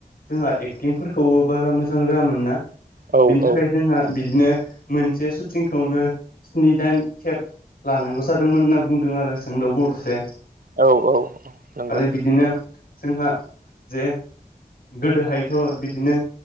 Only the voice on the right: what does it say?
औ
औ औ नंगौ